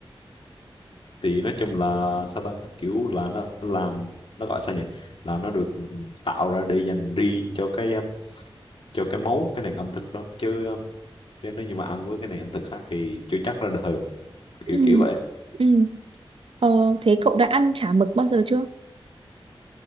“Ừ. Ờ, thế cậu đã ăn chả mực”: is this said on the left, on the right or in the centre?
Right